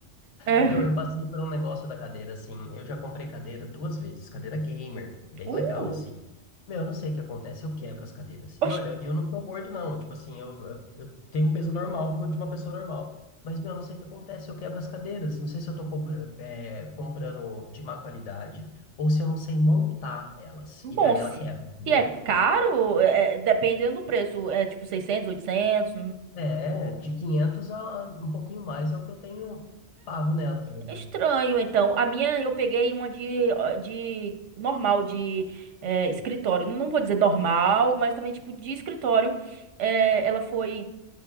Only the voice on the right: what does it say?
<laughs>
É. Uh,
oxe,
bom,
se,
se é caro, é, dependendo do preço, é tipo 600, 800.
Estranho, então. A minha eu peguei uma de, de normal, de é, escritório. Não vou dizer normal, mas também tipo de escritório. É, ela foi.